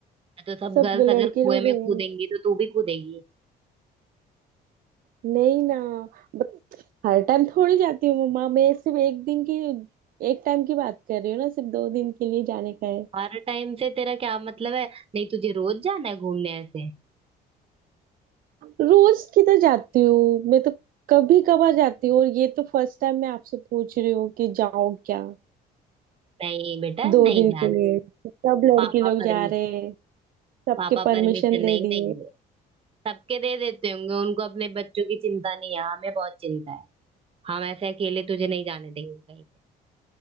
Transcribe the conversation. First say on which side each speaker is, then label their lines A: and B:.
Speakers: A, on the right (about 35°); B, on the right (about 55°).
A: तो सब
B: सब
A: गर्ल्स
B: लड़के
A: अगर कुएं
B: लोग
A: में
B: हैं
A: कूदेंगी तो तू भी कूदेगी
B: नहीं ना बट हर टाइम थोड़ी जाती हूँ मम्मा मैं सिर्फ एक दिन की एक टाइम की बात कर रही हूँ ना सिर्फ दो दिन के लिए जाने का है
A: हर टाइम से तेरा क्या मतलब है नहीं तुझे रोज जाना है घूमने ऐसे
B: रोज किधर जाती हूँ मैं तो कभी कभार जाती हूँ और ये तो फर्स्ट टाइम मैं आपसे पूछ रही हूँ कि जाओ क्या
A: नहीं बेटा
B: दो
A: नहीं
B: दिन
A: जाना
B: के लिए
A: है
B: सब लड़के
A: पापा
B: लोग
A: परमिशन
B: जा रहे हैं सबके
A: पापा
B: परमिशन
A: परमिशन
B: दे
A: नहीं देंगे
B: दिए
A: सबके दे देते होंगे उनको अपने बच्चों की चिंता नहीं है हाँ, हमें बहुत चिंता है हम ऐसे अकेले तुझे नहीं जाने देंगे कहीं पे